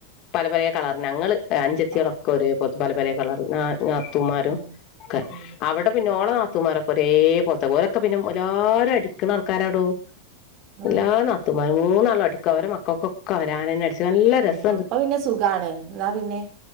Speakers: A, on the left; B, on the right.
A: പല പല കളറ് ഞങ്ങള് അനുജത്ത്യാളൊക്കെ
B: ആഹ്
A: ഒരേപോലത്തെ പല പല കളറ് നാ നാത്തൂമാരും
B: ആഹ്
A: ഒക്കെ
B: ഉം
A: അവിടെ പിന്നെ ഓളെ നാ നാത്തൂമാരൊക്കെ ഒരേപോലത്തെ ഓരൊക്കെ പിന്നെ എല്ലാരും അടിക്കണ ആൾക്കാരാടോ
B: ഓ
A: എല്ലാ നാത്തൂമാരും മൂന്നാളും അടിക്കും അവരെ മക്കൾക്കൊക്കെ അവരാരന്നെ അടിച്ചേ നല്ല
B: ഉം
A: രസം
B: അപ്പൊ പിന്നെ സുഖാണ് എന്നാ പിന്നെ